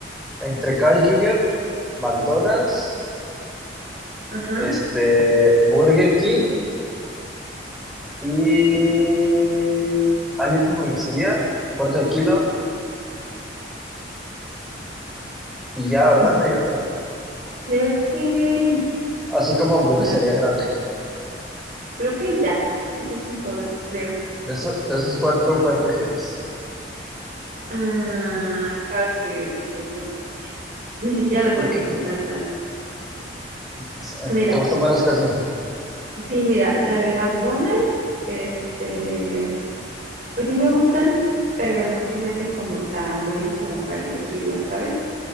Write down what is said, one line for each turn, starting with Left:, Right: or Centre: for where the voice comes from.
Centre: entre Carl Jr., McDonald's,
Right: ajá.
Centre: este, Burger King y hay otra hamburguesería, cuarto de kilo, y ya, ¿verdad?
Right: pues,
Centre: No hay otra.
Right: creo que
Centre: Así como hamburguesería
Right: ya,
Centre: grande.
Right: creo que ya, creo que son todas, creo.
Centre: De, eso- de esos cuatro, ¿cuál prefieres?
Right: Ah, Carl's Jr., definitivamente. Ni siquiera lo
Centre: Porque
Right: tuve que pensar tanto.
Centre: es-
Right: Mira.
Centre: te gustan más las Carl Jr.
Right: Sí, mira, o sea, de McDonald's, este, pues sí me gustan, pero no se me hacen como tan buenas como para elegirlas, ¿sabes?